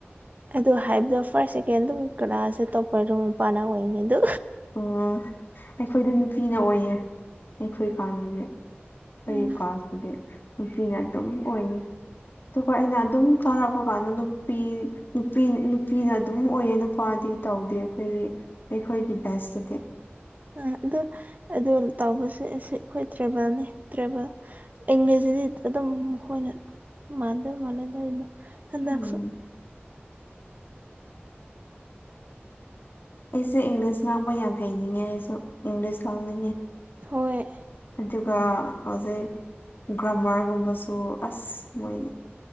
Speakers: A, on the right; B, on the left.
A: ꯑꯗ ꯍꯥꯏꯕꯗꯣ ꯐꯥꯔꯁ ꯁꯦꯀꯦꯟ ꯑꯗꯨꯝ ꯀ꯭ꯂꯥꯁꯁꯦ ꯇꯧꯄ ꯑꯗꯨꯝ ꯃꯄꯥꯟꯅ ꯑꯣꯏꯅꯤ ꯑꯗꯨ
B: ꯎ ꯑꯩꯈꯣꯏꯗ ꯅꯨꯄꯤꯅ ꯑꯣꯏꯌꯦ ꯑꯩꯈꯣꯏ ꯀꯥꯟꯗꯅꯦ ꯑꯩꯒꯤ
A: ꯎꯝ
B: ꯀ꯭ꯂꯥꯁꯇꯗꯤ ꯅꯨꯄꯤꯅ ꯑꯗꯨꯝ ꯑꯣꯏꯅꯤ ꯑꯗꯨꯒ ꯑꯩꯅ ꯑꯗꯨꯝ ꯆꯥꯔꯛꯄ ꯀꯥꯟꯗ ꯅꯨꯄꯤ ꯅꯨꯄꯤ ꯅꯨꯄꯤꯅ ꯑꯗꯨꯝ ꯑꯣꯏꯌꯦ ꯅꯨꯄꯥꯗꯤ ꯇꯧꯗꯦ ꯑꯩꯈꯣꯏꯒꯤ ꯑꯩꯈꯣꯏꯒꯤ ꯕꯦꯁꯇꯗꯤ
A: ꯑ ꯑꯣ ꯑ ꯇꯥꯎꯁꯦ ꯑꯁꯤ ꯑꯩꯈꯣꯏ ꯇ꯭ꯔꯦꯚꯦꯜꯅꯤ ꯇ꯭ꯔꯦꯚꯦꯜ ꯏꯪꯂꯤꯁꯇꯗꯤ ꯑꯗꯨꯝ ꯃꯈꯣꯏꯅ ꯃꯥꯟꯗꯧ ꯃꯥꯟꯅꯗꯧꯔꯤꯕ ꯍꯟꯗꯛꯁꯨ
B: ꯎꯝ ꯑꯩꯁꯦ ꯏꯪꯂꯤꯁ ꯉꯥꯡꯕ ꯌꯥꯝ ꯍꯩꯅꯤꯡꯉꯦ ꯑꯩꯁꯨ ꯏꯪꯂꯤꯁ ꯉꯥꯡꯅꯤꯡꯉꯦ
A: ꯍꯣꯏ
B: ꯑꯗꯨꯒ ꯍꯧꯖꯤꯛ ꯒ꯭ꯔꯃꯔꯒꯨꯝꯕꯁꯨ ꯑꯁ ꯃꯣꯏꯅꯤ